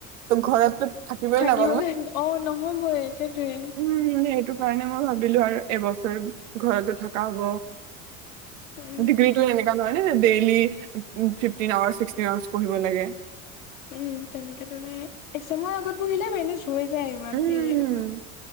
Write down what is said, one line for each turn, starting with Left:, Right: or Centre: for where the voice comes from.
Right: ত ঘৰত থাকিব
Left: থাকিবলে
Right: ই নাপ
Left: অ নহবই সেইটোৱে
Right: উম সেইটো কাৰণে মই ভাবিলো আৰু এবছৰ ঘৰতো থকা হ'ব।
Left: উম
Right: ডিগ্ৰীটো এনেুৱা নহয় নে daily um fifteen hours sixteen hours পঢ়িব লাগে।
Left: উম, তেনেকে দৰে এক্সামৰ আগত বহিলে এনে হৈ যায়, ইমান
Right: উম।
Left: এৰেৰ হয়।